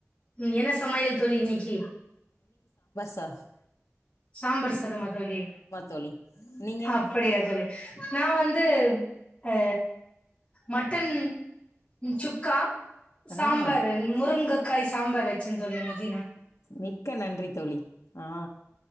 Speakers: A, on the left; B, on the left.
A: ம் என்ன சமையல் தோழி இன்னிக்கி
B: ரசம் <unintelligible>
A: சாம்பார் சாதமா தோழி
B: தோழி நீங்கள்
A: அப்படியா தோழி நா வந்து அ மட்டன் சுக்கா சாம்பாரு
B: ஆ
A: முருங்கைக்காய் சாம்பார் வச்சேன் தோழி இன்னிக்கி நா
B: மிக்க நன்றி தோழி ஆ